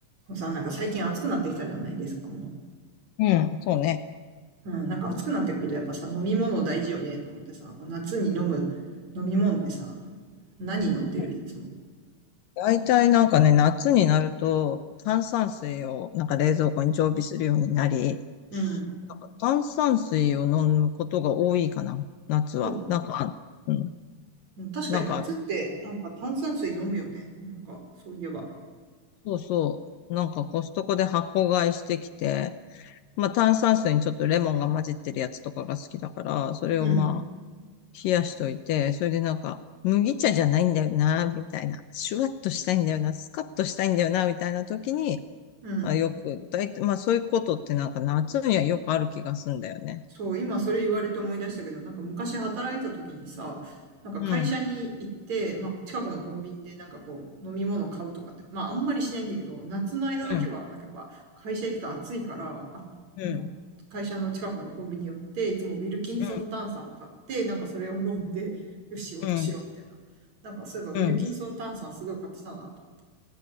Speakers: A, on the right; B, on the left.
A: もうさ、なんか最近暑くなってきたじゃないですか、もう。
B: うん、そうね。
A: うん、なんか暑くなってくるとやっぱさ、飲み物大事よね、と思ってさ、夏に飲む飲み物ってさ、何飲んでるいつも。
B: うん大体なんかね、夏になると炭酸水をなんか冷蔵庫に常備するようになり、
A: うん。
B: なんか炭酸水を飲むことが多いかな、夏は。
A: そう。
B: なんか、うん、
A: 確かに夏って、
B: なんかある。
A: なんか炭酸水飲むよね。なんか、そういえば。
B: そうそう。なんかコストコで箱買いしてきて、まあ炭酸水にちょっとレモンが混じってるやつとかが好きだから、それをまあ
A: うん。
B: 冷やしといて、それでなんか麦茶じゃないんだよな、みたいな。シュワッとしたいんだよな、スカッとしたいんだよな、みたいな時に、
A: うん。
B: まあ、よく、だいたい、まあそういうことってなんか夏にはよくある気がすんだよね。
A: そう、今それ言われて思い出したけど、なんか昔働いた時にさ、なんか会社に行って、
B: うん、
A: まあ近くのコンビニでなんかこう飲み物買うとかって、まああんまりしないんだけど、夏の間だけはなんかやっぱ会社行くと暑いから、
B: うん、
A: あ、
B: うん、
A: なんか会社の近くのコンビニ寄って、いつもウィルキンソン炭酸を買って、
B: うん、
A: なんかそれを飲んで、よし仕事しようみたいな。
B: うん、うん。
A: なんかそういえばウィルキンソン炭酸すごい買ってたなと思って
B: うん